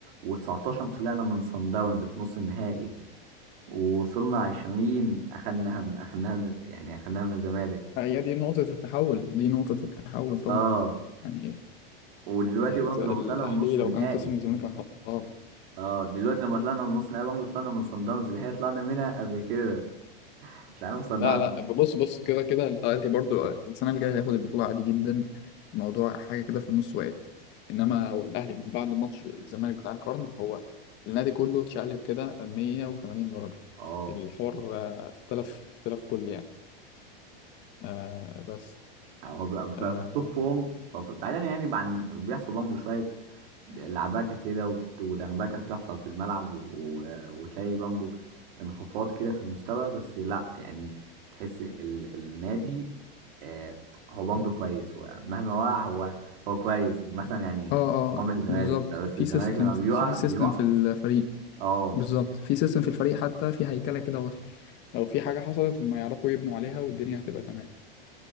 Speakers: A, on the right; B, on the left.
A: و19 طلعنا من صن داونز في نص النهائي ووصلنا عشرين اخدناها من اخدناها من يعني اخدناها من الزمالك
B: هي دي نقطة التحول دي نقطة التحول طبعا
A: اه
B: يعني
A: ودلوقتي
B: إذا
A: برضه لما
B: الاهلي
A: طلعنا من نص
B: لو
A: نهائي
B: كان خسر من الزمالك كان خلاص
A: اه دلوقتي لما طلعنا من نص نهائي برضه طلعنا من صن داونز اللي هي طلعنا منها قبل كده مش عارف صن
B: لا
A: داونز
B: لا بص بص كده كده الاهلي برضو السنه اللي جايه هياخد البطوله عادي جدا الموضوع حاجه كده في النص وقت انما هو الاهلي من بعد ماتش الزمالك بتاع القرن هو النادي كله اتشقلب كده 180 درجه
A: اه
B: الحوار آه، اختلف اختلف كل يعني آه بس
A: هو بقى
B: آه
A: بقى في التوب فورم بقى في- بعيدا يعني عن بيحصل برضه شوية لعبكة كده وبت- ودنبكة بتحصل في الملعب و... و- وتلاقي برضه انخفاض كده في المستوى بس لا يعني تحس ال... النادي آه هو برضه كويس هو مهما وقع هو هو كويس مثلا يعني
B: اه
A: عمر
B: اه
A: الزمالك
B: بالظبط
A: لا، بس
B: في
A: الزمالك
B: سيستم
A: لما
B: في
A: بيقع
B: في
A: بيقع
B: سيستم في الفريق
A: اه
B: بالظبط في سيستم في الفريق حتى في هيكلة كده واضحة لو في حاجه حصلت هم يعرفوا يبنوا عليها والدنيا هتبقى تمام